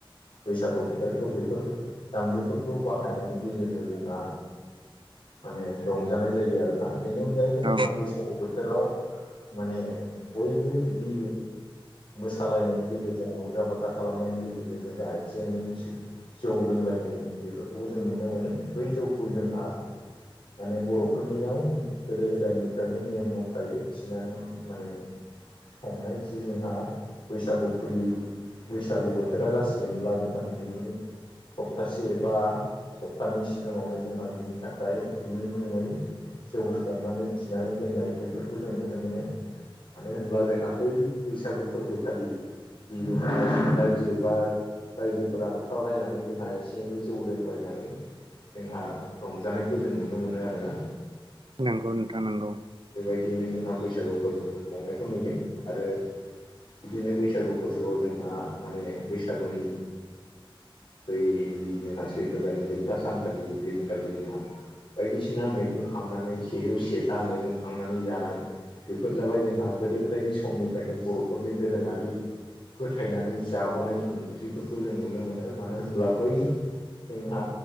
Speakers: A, on the left; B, on the right.
A: बैसागु बोथोरखौ बेफोर दामजुफोरखौ बाहायनायनि गेजेरजों जोंहा माने रंजानाय जायो आरोना बेनि अनगायैबो जोंहा
B: औ
A: बैसागु बोथोराव माने बयबो बिदि मोसालायनायनि गेजेरजों रंजा बाजा खालामनायनि गेजेरजों जों दा एसे एनै जौ लोंलायनाय बेफोरखौबो जों नुनो मोनो बै जौखौ जोंहा माने बर'फोरनियाव गोदो गोदायनिफ्रायनो नेम दंखायो नानै माने संनाय जि जोंहा बैसागु फैयो बैसागु बोथोरा जासिगोनब्ला जोंहा बिनि सप्तासे बा सप्तानै सिगाङावनो जोंहा बिनि थाखाय बिनि मुङै जौ संनानै थिनानै दोननाय बेफोरखौ जों नुनो मोनो मानो होनोबा जोंहा बै बैसागु फोरबोखालि <inaudible> रायजो रायजो बा रायजोफोरा ओंखारलायनानै जोंहा एसे एनै जौ लोंलायनानै जोंहा रंजानायखौ जों नुनो मोनो आरोना
B: नंगौ नोंथां नंगौ
A: बेबायदियैनो जोंहा बैसागु फोरबोफोरखौ खुंनायखौ नुयो आरो बिदिनो बैसागु फोरबोआव जोंहा माने बैसागुनि बै जोंहा सैथ्र' दानानि जोबथा सानखालि दिनखालि जोंहा बायदिसिना मैगं खांनानै सेजौ सेथा मैगं खांनानै जानाय बेफोर जाबाय जोंहा गोदो गोदायनि समनिफ्रायनो बर'फोरनि दोरोङारि फोथायनानै जाबोनाय ओंख्रिफोरखौ जों नुनो मोनो मानो होनब्ला बै जोंहा